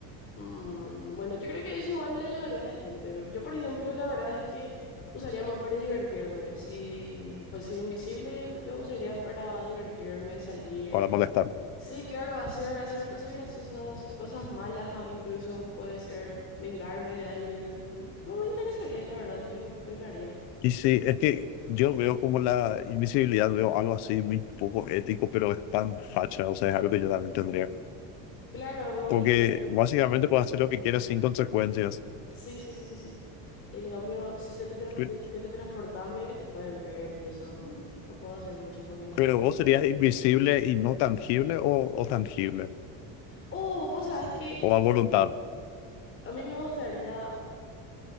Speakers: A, on the left; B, on the left.
A: Mm, bueno, yo creo que eso igual le ayudaría a la gente. Yo, por ejemplo, la verdad es que usaría más para divertirme. Si fuese invisible, yo usaría para divertirme, salir.
B: para molestar.
A: Sí, claro, hacer, hacer cosas graciosas, cosas malas, o incluso puede ser vengarme de alguien. No me interesaría, la verdad, yo, yo lo haría.
B: Y sí, es que yo veo como la invisibilidad, veo algo así muy poco ético, pero es tan facha, o sea, es algo que yo también tendría.
A: Claro, me
B: Porque
A: que...
B: básicamente puedes hacer lo que quieras sin consecuencias.
A: Sí, sí, sí, sí, sí. En cambio, si teletra
B: Pe-
A: te teletransportás, medio que te pueden ver y eso. mm, no puedo hacer muchas macanadas.
B: Pero vos serías invisible y no tangible o, o tangible,
A: Oh, vos sabés que
B: o a voluntad.
A: A mí me gustaría